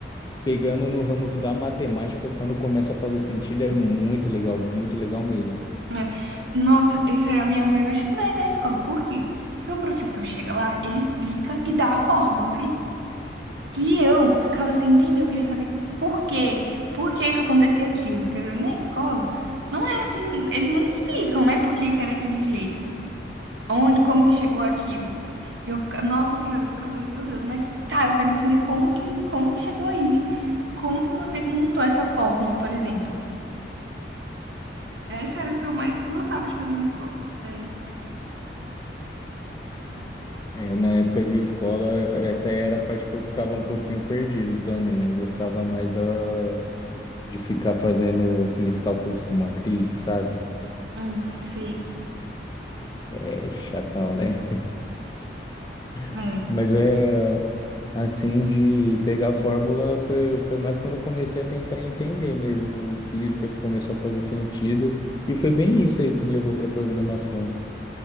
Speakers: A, on the left; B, on the right.
A: pegando no ramo da matemática, quando começa a fazer sentido, é muito legal, muito legal mesmo.
B: É. Nossa, essa era a minha maior dificuldade na escola. Por quê? Porque o professor chega lá, ele explica e dá a fórmula, né? E eu ficava sem entender, eu queria saber por quê, por que que acontecia aquilo, entendeu? E na escola, não é assim, eles não explicam, né, por que que era aquele jeito, onde, como que chegou aquilo. E eu ficava, nossa senhora, eu ficava, meu Deus, mas tá, eu quero entender como que, como que chegou aí, como que você montou essa fórmula, por exemplo. Essa era o que eu mais gostava de fazer na escola, sério.
A: É, na época de escola, essa era a parte que eu ficava um pouquinho perdido também. Eu gostava mais da, de ficar fazendo aqueles cálculos com matriz, sabe?
B: Hum, sei,
A: É chatão, né?
B: é,
A: <laughs> Mas é assim, de pegar a fórmula foi, foi mais quando eu comecei a tentar entender mesmo física, que começou a fazer sentido. E foi bem isso aí que me levou para programação.